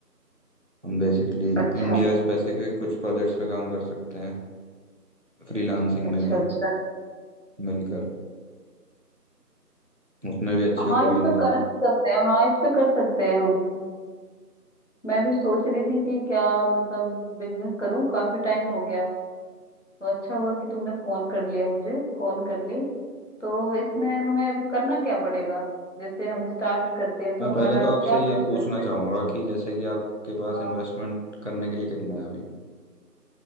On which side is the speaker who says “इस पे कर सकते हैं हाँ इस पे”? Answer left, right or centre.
Left